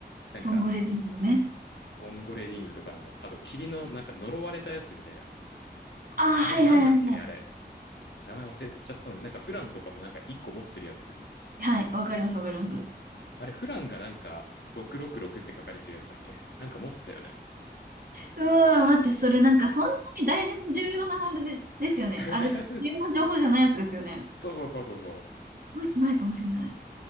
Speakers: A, on the left; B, on the right.
A: なんか、
B: ボンゴレディングのね。
A: ボンゴレリングとか、あの、あと霧のなんか呪われたやつみたいな。
B: ああ、
A: 名前なんだっけね、
B: はいはいはいはい。
A: あれ。名前忘れちゃったの。なんかフランとかもなんか一個持ってるやつ。
B: はい、わかりますわかります。
A: あれ、フランがなんか、666って書かれてるやつだっけなんか持ってたよね。
B: うわ、待って、それなんかそんなに大事な重要なあれで、ですよね。
A: <laughs>
B: あれ、重要な情報じゃないやつですよね。
A: そうそうそうそうそ
B: 覚えてないかもしれない。